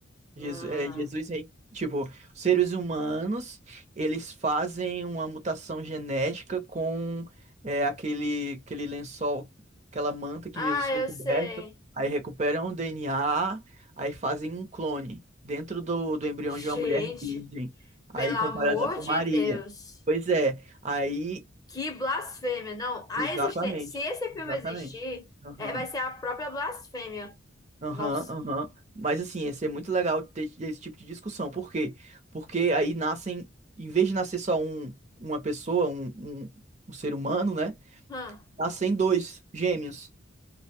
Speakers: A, on the right; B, on the left.
A: Jesus,
B: Mano.
A: é, Jesus rei. Tipo, os seres humanos, eles fazem uma mutação genética com é, aquele, aquele lençol, aquela manta que
B: Ah,
A: Jesus foi
B: eu
A: coberto.
B: sei.
A: Aí recuperam o DNA, aí fazem um clone dentro do, do embrião
B: Gente,
A: de uma mulher virgem. Aí
B: pelo amor
A: comparando ela com
B: de
A: Maria.
B: Deus.
A: Pois é, aí,
B: Que blasfêmia. Não, a
A: exatamente,
B: existência. Se esse
A: exatamente.
B: filme existir,
A: Aham.
B: é, vai ser a própria blasfêmia.
A: Aham,
B: Nossa.
A: aham. Mas assim, ia ser muito legal ter esse tipo de discussão. Por quê? Porque aí nascem, em vez de nascer só um, uma pessoa, um, um, um ser humano, né?
B: Hã.
A: Nascem dois gêmeos.